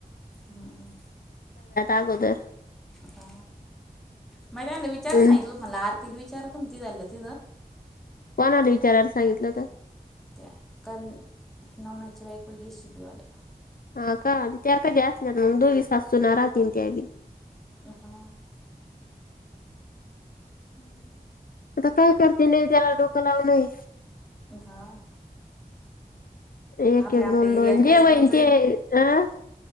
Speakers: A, in the centre; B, on the left.
A: हम्म.
B: अगोदर.
A: हा म त्या विचार
B: हम्म
A: सांगितलं म्हणलं आरती विचारा? तम तीला त
B: कोणाला विचाराला सांगितलं तर?
A: त्या काल नवनाथ च्या बायकुला जयसीपी वाल्या.
B: हा का त्या का जास्त मग दोगी सासू सुना राहता त्या बी.
A: हा. हम्म.
B: आता काय करते नाही त्याला डोकं लावलाय.
A: हा.
B: एक
A: आपल्या
B: एक
A: आपल्या
B: दोन
A: एरियातल्याच
B: दोन जे होईन
A: गंजनी
B: ते अं.